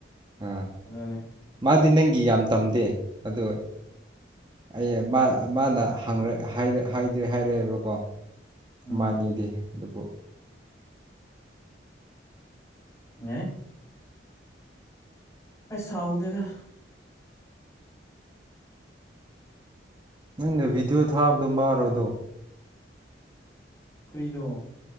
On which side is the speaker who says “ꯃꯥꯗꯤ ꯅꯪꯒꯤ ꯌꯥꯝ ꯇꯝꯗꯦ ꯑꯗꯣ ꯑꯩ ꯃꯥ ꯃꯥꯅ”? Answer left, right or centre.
Right